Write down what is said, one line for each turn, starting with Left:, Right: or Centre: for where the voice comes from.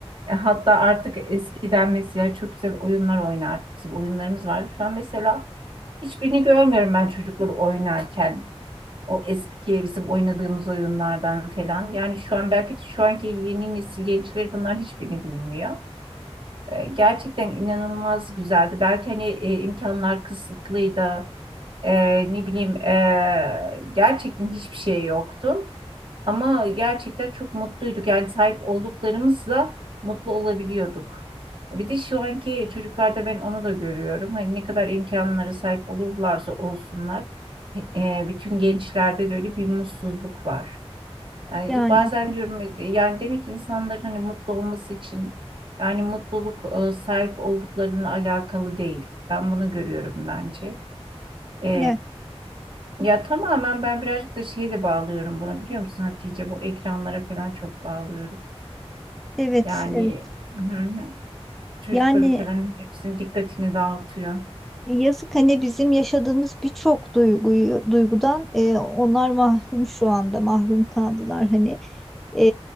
Right: e, hatta artık eskiden mesela çok güzel oyunlar oynardık. Bizim oyunlarımız vardı. Şu an mesela hiçbirini görmüyorum ben çocukları oynarken. O eski bizim oynadığımız oyunlardan falan. Yani şu an belki de şu anki yeni nesil gençleri bunlar hiçbirini bilmiyor. E, gerçekten inanılmaz güzeldi. Belki hani e, imkanlar kısıtlıydı. E, ne bileyim e, gerçekten hiçbir şey yoktu. Ama gerçekten çok mutluyduk. Yani sahip olduklarımızla mutlu olabiliyorduk. Bir de şu anki çocuklarda ben onu da görüyorum. Hani ne kadar imkanlara sahip olurlarsa olsunlar, e, bütün gençlerde de öyle bir mutsuzluk var. Yani
Centre: Yani
Right: bazen diyorum e, yani demek ki insanların hani mutlu olması için yani mutluluk e, sahip olduklarının alakalı değil. Ben bunu görüyorum bence. E,
Centre: ne
Right: ya tamamen ben birazcık da şeyi de bağlıyorum bunu biliyor musun Hatice? Bu ekranlara falan çok bağlıyorum.
Centre: evet
Right: Yani
Centre: evet
Right: hı hı, <laughs> çocukları
Centre: yani
Right: falan hepsinin dikkatini dağıtıyor.
Centre: Yazık hani bizim yaşadığımız birçok duyguyu duygudan e, onlar mahrum şu anda mahrum kaldılar hani E,